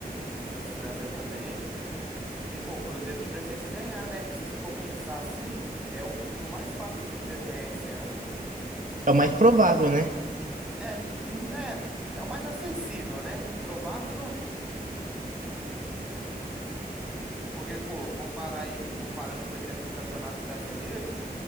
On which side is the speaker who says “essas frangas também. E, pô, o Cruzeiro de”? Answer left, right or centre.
Centre